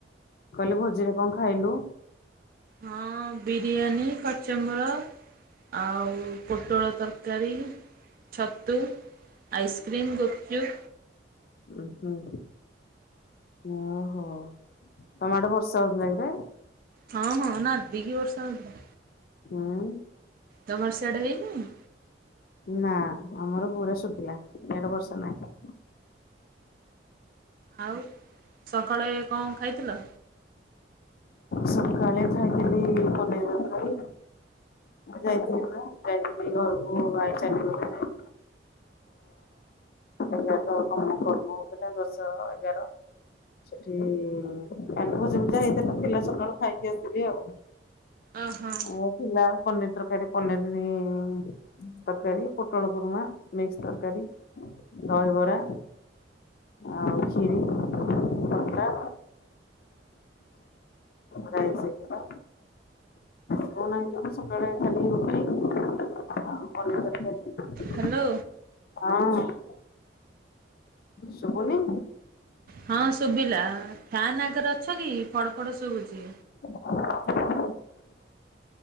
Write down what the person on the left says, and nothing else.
କହିଲି ଭୋଜିରେ କଣ ଖାଇଲୁ?
ଉ ହୁଁ। ଓହୋ। ତମଆଡେ ବର୍ଷା ହଉଥିଲା କିରେ?
ହୁଁ।
ନା ଆମର ପୁରା ଶୁଖିଲା ଦେଢ ବର୍ଷ ନାହିଁ।
ସକାଳେ ଖାଇଥିଲି ପନେରି ତରକାରି। ଯାଇଥିଲି ପା ଯାଇଥିଲି ଘରକୁ ଆଇ ଚାଲି ଗଲେ ଯେ ଏଗାର ତ ତମ କର୍ମ ଉପରେ ଦଶ ଏଗାର ସେଠି ଭୋଜି, ଭୁଜା ହେଇଥିଲା ଥିଲା ସକାଳୁ ଖାଇକି ଆସିଥିଲି ଆଉ।
ଆଉ ଥିଲା ପନିର ତରକାରି ପନିର୍ ଇ ତରକାରୀ ପୋଟଳ କୁରୁମା, ମିକ୍ସ ତରକାରୀ, ଦହବରା ଆଉ ଖିରି, ଖଟା। ରାଇସ୍ ହେଇଥିଲା ଝୁଅ ନାହିଁ ବୋଲି ସକାଳେ ଖାଲି ରୁଟି ଆଉ ପନିର ତରକାରୀ
ହଁ, ଅ। ସୁବୁନି
<inaudible>